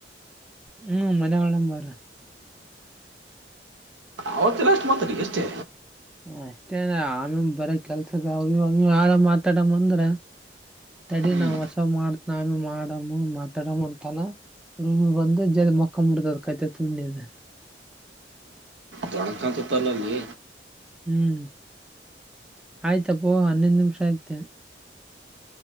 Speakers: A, in the centre; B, on the right.
A: ಹ್ಮ್ ಮನೆಾವಲ್ಲ ಬಾರ
B: ಅವತ್ತಲ್ಲ ಅಷ್ಟು ಮಾತಡಿ ಎಷ್ಟೇ
A: ಅಷ್ಟೇ ಆಮೇ ಬರ ಕೆಲ್ಸಕ್ಕ ಇವಾಗ ಯಾರ ಮಾತಾಡ ಬಂದ್ರ ತಡಿ
B: ಹ್ಮ್
A: ನಾವ್ ಹೊಸ ಮಾಡ್ತ್ ನಮಿ ಮಾಡಮ್ಮ ಮಾತಾಡಮ ಅಂತನ ರಮ ಬಂದ ಜ ಮಕ್ಕ ಮುಡತದ ಕೈತೆ ತುಂಡಿಿದೆ
B: ಜಣಕಂತ ತಲ್ಲ ನೀ
A: ಹ್ಮ್ ಆಯ್ತಪ್ಪೋ ಹನ್ನೊಂದು್ ನಿಮಿಷ ಆಯ್ತೆ